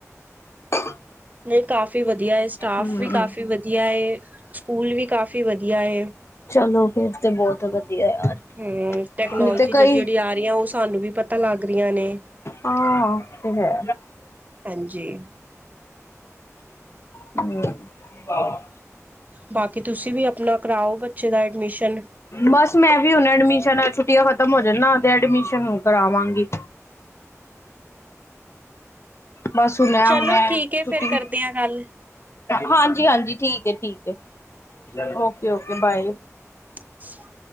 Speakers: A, on the left (about 55°); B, on the right (about 30°).
A: <unintelligible>
B: ਨਹੀਂ ਕਾਫ਼ੀ ਵਧੀਆ ਹੈ, ਸਟਾਫ
A: ਹਮ
B: ਵੀ ਕਾਫ਼ੀ ਵਧੀਆ ਹੈ, ਸਕੂਲ ਵੀ ਕਾਫ਼ੀ ਵਧੀਆ ਹੈ।
A: ਚਲੋ, ਫੇਰ ਤੇ ਬਹੁਤ ਵਧੀਆ ਯਾਰ
B: ਹੂ, ਟੈਕਨੋਲੋਜੀ
A: ਨਹੀਂ ਤੇ
B: ਜਿਹੜੀ
A: ਕਈ
B: ਜਿਹੜੀ ਆ ਰਹੀ ਆ, ਉਹ ਸਾਨੂੰ ਵੀ ਪਤਾ ਲੱਗ ਰਹੀਆਂ ਨੇ
A: ਹਾਂ, ਤੇ ਹੈ
B: ਹਾਂਜੀ
A: ਹਮ <unintelligible>
B: ਬਾਕੀ ਤੁਸੀਂ ਵੀ ਆਪਣਾ ਕਰਾਓ, ਬੱਚੇ ਦਾ ਐਡਮਿਸ਼ਨ
A: ਬਸ ਮੈਂ ਵੀ ਹੁਣ ਐਡਮਿਸ਼ਨ, ਛੁੱਟੀਆਂ ਖ਼ਤਮ ਹੋ ਜਾਂਦਾ ਤੇ ਐਡਮਿਸ਼ਨ ਕਰਾਵਾਂਗੀ ਬਸ ਹੁਣ ਐ,
B: ਚਲੋ
A: ਹੁਣ ਐ
B: ਠੀਕ ਹੈ
A: ਛੁੱਟੀ
B: ਫੇਰ ਕਰਦੇ ਆ ਗੱਲ
A: ਹਾਂਜੀ ਹਾਂਜੀ, ਠੀਕ ਹੈ, ਠੀਕ ਹੈ, ਓਕੇ ਓਕੇ ਬਾਏ
B: <unintelligible>